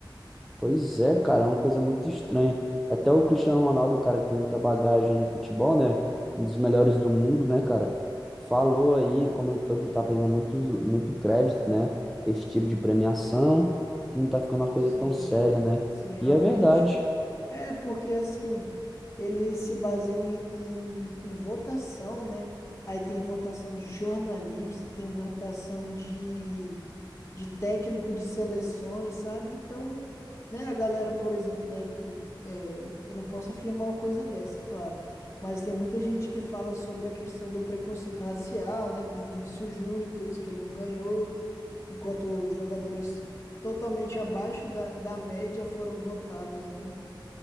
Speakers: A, in the centre; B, on the left (about 35°).
A: Pois é, cara, é uma coisa muito estranha. Até o Cristiano Ronaldo, cara, que tem muita bagagem no futebol, né? Um dos melhores do mundo, né, cara? Falou aí, comentou que tá perdendo muito, muito crédito, né? Esse tipo de premiação, que não tá ficando uma coisa
B: Sim,
A: tão séria, né?
B: sim, realmente.
A: E é verdade.
B: É, porque assim, eles se baseiam em, em, em votação, né? Aí tem votação de jornalista, tem votação de, de técnico de seleções, sabe? Então, né, a galera, por exemplo, né? te- é, eu não posso afirmar uma coisa dessa, é claro. Mas tem muita gente que fala sobre a questão do preconceito racial, né? Com o Vinícius Júnior, por isso que ele não ganhou, enquanto jogadores totalmente abaixo da, da média foram votados, né?